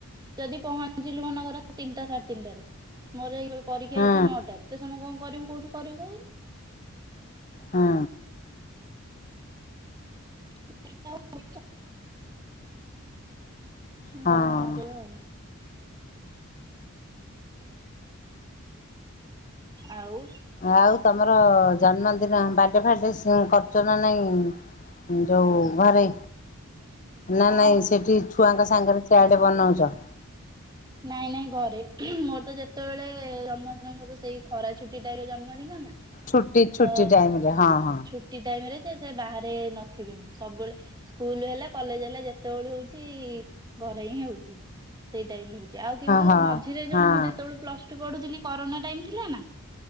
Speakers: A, on the right (about 20°); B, on the left (about 35°).
A: ଯଦି ପହଞ୍ଚିଲୁ ମନେକର ତିନିଟା ସାଢେ ତିନିଟାରେ ମୋର ଏଇ ପରୀକ୍ଷା
B: ହୁଁ
A: ଅଛି ନଅଟାରେ ଏତେ ସମୟ କଣ କରିବୁ କୋଉଠି କରିବୁ କହୁନୁ।
B: ହଁ।
A: <inaudible>
B: ହଁ।
A: ଗଲେ ଜଣା ପଡିବ ଆଉ। ଆଉ।
B: ଆଉ ତମର ଜନ୍ମଦିନ ବାର୍ଡେ ଫାର୍ଡେ କରୁଚ ସ ନା ନାଇଁ? ଯଉ ଘରେ ନା
A: ହଁ
B: ନାଇଁ ସେଠି ଛୁଆଙ୍କ ସାଙ୍ଗରେ ସିଆଡେ ବନଉଚ।
A: ନାଇଁ ନାଇଁ ଘରେ ହୁଁ ମୋର ତ ଯେତେବେଳେ ଜନ୍ମଦିନ ମୋର ସେଇ ଖରା ଛୁଟି ଟା ଜନ୍ମଦିନ ନା।
B: ଛୁଟି ଛୁଟି
A: ତ
B: ଟାଇମରେ ହଁ, ହଁ।
A: ଛୁଟି ଟାଇମ ରେ ଯେ ସେ ବାହାରେ ନଥିବି ମୁଁ ସବୁବେଳେ ସ୍କୁଲ ହେଲା, କଲେଜ ହେଲା, ଯେତେବେଳୁ ହଉଛି ଘରେ ହିଁ ହଉଛି। <unintelligible> ଟାଇମରେ ଆଉ କିନ୍ତୁ
B: ହଁ ହଁ।
A: ମଝିରେ ଯୋଉ
B: ହଁ
A: ମୁଁ ଯେତେବେଳେ ପ୍ଲସ ଟୁ ପଢୁଥିଲି। କରୋନା ଟାଇମ ଥିଲା ନା